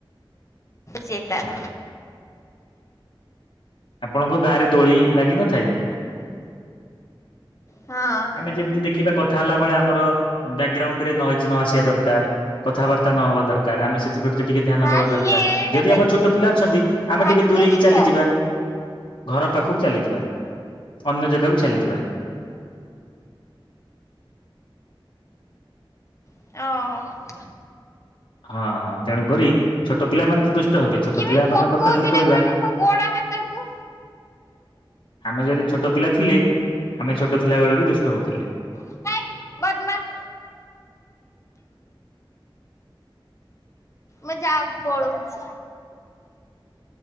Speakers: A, on the left; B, on the left.
A: ସେ ତାର
B: ଆପଣଙ୍କ ଗାଁରେ ଦୋଳି ଲାଗ ନଥାଇ କିି?
A: ହଁ
B: ଆମେ ଯେମିତି ଦେଖିବା କ କଥା ହେଲା ବେଳେ ଆମର ବ୍ୟାକଗ୍ରାଉଣ୍ଡ ରେ ନଏଜ ନ ଆସିବା ଦରକାର। କଥାବାର୍ତ୍ତା ନ ହବା ଦରକାର। ଆମେ ସେଯି <unintelligible> ଟିକେ ଧ୍ୟାନ
A: ଭାରି
B: ଦବା ଦରକାର।
A: ଇଏ ଏଟା
B: ଯଦି
A: ବେଶୀ
B: ଆମ ଛୋଟ
A: ଇଏ
B: ପିଲା ଅଛନ୍ତି, ଆମେ
A: ଭାରି
B: ଟିକେ ଦୂରେଇକି
A: ଦୁଷ୍ଟ
B: ଚାଲିଯିବା। ଘର ପାଖକୁ ଚାଲିଯିବା। ଅନ୍ୟ ଜାଗା କୁ ଚାଲିଯିବା।
A: <unintelligible>
B: ହଁ, ତେଣୁକରି ଛୋଟ ପିଲାମାନେ ତ ଦୁଷ୍ଟ ହେବେ। ଛୋଟ
A: କେମିତି
B: ପିଲାମାନେ
A: ପକଉଛି
B: କଥା ଯଦି କହିବା
A: ଦେଖନି ମୋ ଗୋଡ ହାତକୁ
B: ଆମେ ଯଦି ଛୋଟ ପିଲା ଥିଲେ। ଆମେ ଛୋଟ ଥିଲା ବେଳେ ବି ଦୁଷ୍ଟ ହଉଥିଲେ।
A: ହେଇ ବଦମାସ ମୁଁ ଯାଉ ପଳଉଛି।